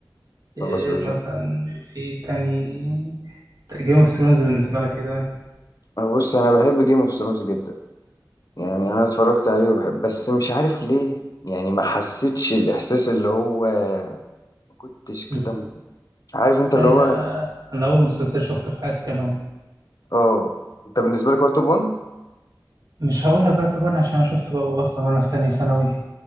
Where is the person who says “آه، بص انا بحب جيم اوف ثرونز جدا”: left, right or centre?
Left